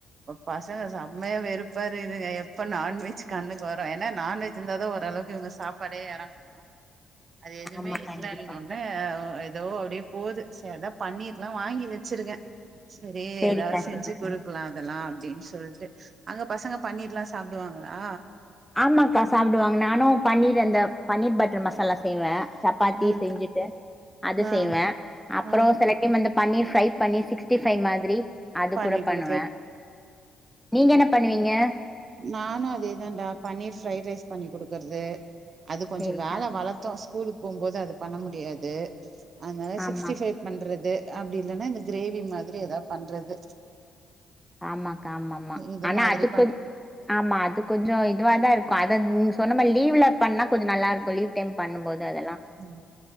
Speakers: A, on the right; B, in the centre.
A: பசங்க செம்மையா வெறுப்பார் இதுங்க எப்ப நான்வெஜ் கண்ணு வரும் ஏன்னா நான்வெஜ் அந்தாதான்ஓரளவுக்கு இவங்க சாப்பாடே இறங்குவோம் அது எதுவுமே
B: ஆமா
A: இல்ல
B: கண்டிப்பா
A: அப்டிநொன்னே எதோ அப்டி போவுது சரிதா பன்னீர்லா வாங்கி வச்சிருக்கேன் சரி
B: சேரிக்கா
A: ஏதாவது செஞ்சு
B: சேரிக்கா
A: கொடுக்கலாம் அதெல்லாம் அப்டின்னு சொல்ட்டு அங்க பசங்க பண்ணீர்லா சாப்டுவாங்களா
B: ஆமாக்கா சாப்டுவாங்க நானு பன்னீர் அந்த பன்னீர் பட்டர் மசாலா செய்வே சப்பாத்தி
A: ம்
B: செஞ்சுட்டு அது
A: ஆ
B: செய்வே அப்பறோ
A: ஆ
B: செல டைம் வந்து பன்னீர் ஃப்ரை பண்ணி சிக்ஸ்டி ஃபை மாதிரி அது
A: பண்ணி
B: கூட பண்ணுவே
A: குடுக்கறது
B: நீங்க என்ன பண்ணுவீங்க
A: நானும் அதேதான்டா பன்னீர் ஃப்ரைட் ரைஸ் பண்ணி குடுக்குறது அது கொஞ்சோ
B: சேரிக்கா
A: வேல வளத்து ஸ் ஸ்கூலுக்கு போம்போது அத பண்ண முடியாது அதனால
B: ஆமா
A: சிக்ஸ்டி ஃபை பண்றது அப்டி இல்லன்னா இந்த கிரேவி மாரி எதா பண்றது
B: ஆமாக்கா ஆமா ம்மா
A: இது
B: ஆனா
A: மாதிரி
B: அதுக்கு
A: பண்
B: கொ ஆமா அது கொஞ்சோ இதுவ தாருக்கு அத நீங்க சொன்ன மாரி லீவ்ல பண்ணா கொஞ்சோ நல்லாருக்கு லீவ் டைம் பண்ணும்போது அதெல்லா
A: ம்